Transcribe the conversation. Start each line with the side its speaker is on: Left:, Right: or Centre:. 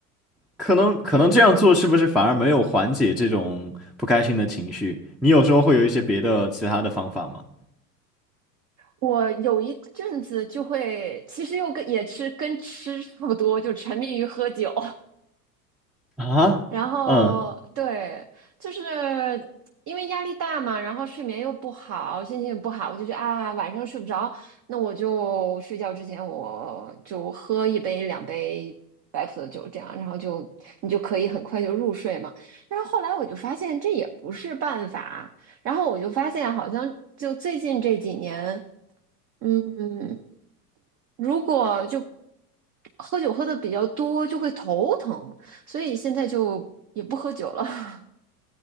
Centre: 可能可能这样做是不是反而没有缓解这种不开心的情绪？你有时候会有一些别的其他的方法吗？
Right: 我有一阵子就会，其实又跟也吃跟吃差不多，就沉迷于喝酒。
Centre: 啊，
Right: 然后对，
Centre: 嗯。
Right: 就是因为压力大嘛，然后睡眠又不好，心情也不好，我就觉得啊，晚上睡不着，那我就睡觉之前我就喝一杯两杯白葡萄酒，这样，然后就你就可以很快就入睡嘛。但是后来我就发现这也不是办法，然后我就发现好像就最近这几年，嗯，如果就喝酒喝的比较多，就会头疼。所以现在就也不喝酒了。